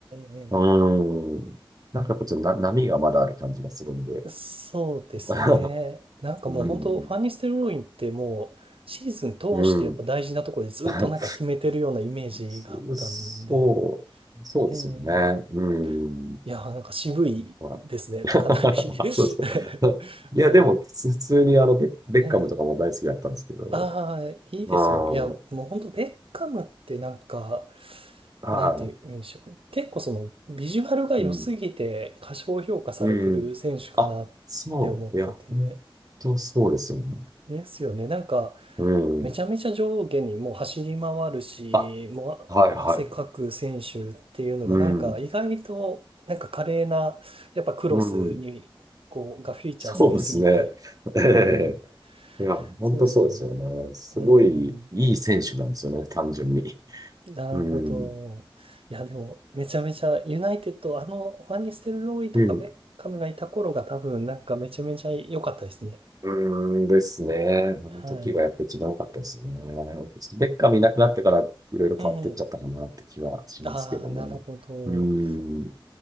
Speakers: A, on the right; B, on the right.
A: え、
B: うーん。なんかやっぱちょっとな波がまだある感じがするんで。
A: そうですね。
B: <laughs>
A: なんかもう本当ファンニステルロインってもう、
B: うん。
A: シーズン通してやっぱ大事なところでずっとなんか決めてるようなイメージがあったんで、
B: うん。<laughs> そそう、そうですよね。
A: ええ
B: うん。
A: いやー、なんか渋いですね、
B: まあ <laughs>
A: かなり
B: そうですか。<laughs>
A: <laughs>
B: いや、
A: はい。
B: でも、普普通にあのベッ、ベッカムとかも大好きだったんですけど。
A: ええああ、いいですよね。
B: ま
A: いや、
B: あ、
A: もう本当ベッカムってなんか、
B: はい。
A: なんて言うんでしょうか。結構その、ビジュアルが良すぎて過小評価されてる選手かなって思ってて。
B: うん。うん。あ、そう。いや、本当そうですよね。
A: ですよね。なんか、
B: うん。
A: めちゃめちゃ上下にもう走り回るし、
B: あ、
A: もうあ汗かく選手っていうのがなんか意外となんか華麗な、
B: はい、はい。うん。
A: やっぱクロスにこうがフィーチャーされすぎて、
B: うん。そうですね。え
A: ええ
B: えいや、本当そうですよね。
A: そうですよね。
B: すごいいい選手なんですよね、
A: うん、
B: 単純に。
A: なるほど。
B: うん。
A: いやでもめちゃめちゃユナイテッド、あのファンニステルローイとかベッカムがいた頃が多分なんかめちゃめちゃ良かったですね。
B: うん。うーんですね。あの時がやっぱ一番良かったですよね。
A: はい。
B: ちょっとベッカムいなくなってからいろいろ変わってっちゃったかなって気はしますけどね。
A: ええああ、なるほど。
B: うーん。